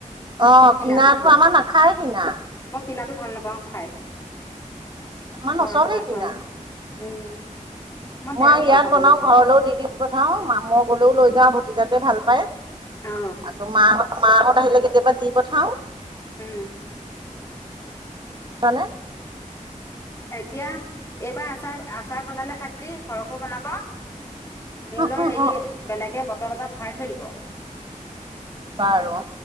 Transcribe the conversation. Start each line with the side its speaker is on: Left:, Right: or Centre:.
Right: অ',
Left: কিনাটোতকৈ।
Right: কিনাটো আমাৰ নাখায় কিনা।
Left: মই কিনাটো ভাল নাপাওঁ খাই,
Right: আমাৰ নচলেই
Left: ঘৰৰতো ভাল
Right: কিনা।
Left: পাওঁ উম।
Right: মই
Left: বেয়াও
Right: ইয়াত
Left: পাওঁ খাবলৈ
Right: বনাও, ঘৰলৈও দি দিও। দি পঠাও মা মই গলেও লৈ যাওঁ ভতিজাটোৱে ভাল পায়
Left: অ
Right: আকৌ মা মাহত আহিলে কেতিয়াবা দি পঠাও।
Left: উম।
Right: মানে?
Left: এতিয়া, এইবাৰ আচাৰ-আচাৰ বনালে খালি সৰহকৈ বনাব।
Right: বাৰু
Left: মোলৈ হেৰি,
Right: হ'ব
Left: বেলেগে বটল এটাত ভৰাই থৈ দিব।
Right: বাৰু?